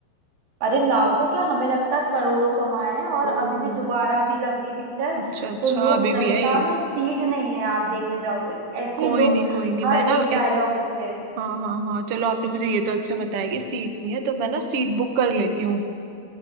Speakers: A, on the right; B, on the right.
A: अरे लाखों क्या हमें लगता है करोड़ों कमाए हैं और
B: ओ
A: अभी भी दोबारा भी लग रही पिक्चर
B: अच्छा अच्छा
A: तो लोग
B: अभी भी
A: जनता
B: है ये
A: में सीट नहीं है आप देखने जाओ तो ऐसे
B: कोई
A: लोग
B: नहीं कोई नहीं
A: हर
B: मैं
A: एक
B: ना
A: डायलॉग
B: एक
A: उस पे
B: हाँ हाँ हाँ चलो आपने मुझे ये तो अच्छा बताया कि सीट नहीं है तो मैं ना सीट बुक कर लेती हूँ